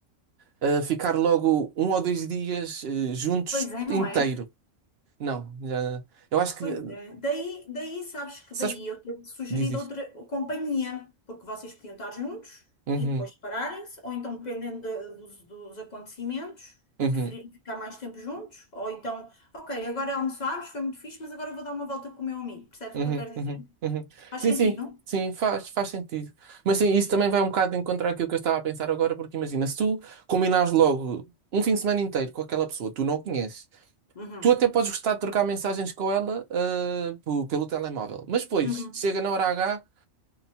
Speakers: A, on the right; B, on the left.
A: ah, ficar logo um ou dois dias eh, juntos
B: Pois é, não
A: inteiro.
B: é?
A: Não, já- eu acho que.
B: Pois
A: eh,
B: é. Daí, daí sabes que
A: Sabes?
B: daí eu ter sugerido
A: Diz, diz.
B: outra companhia, porque vocês podiam estar juntos
A: Uhum,
B: e depois separarem-se, ou então, dependendo da- dos, dos acontecimentos,
A: uhum.
B: preferirem ficar mais tempo juntos, ou então, ok, agora almoçámos, foi muito fixe, mas agora vou dar uma volta com o meu amigo. Percebes
A: Uhum,
B: o que eu quero dizer?
A: uhum, uhum.
B: Faz
A: Sim,
B: sentido?
A: sim, sim, faz, faz sentido. Mas sim, isso também vai um bocado de encontrar aquilo que eu estava a pensar agora, porque imagina, se tu combinares logo um fim de semana inteiro com aquela pessoa, tu não a conheces,
B: Uhum,
A: tu até podes gostar de trocar mensagens com ela, ah, po- pelo telemóvel, mas depois
B: uhum.
A: chega na hora H,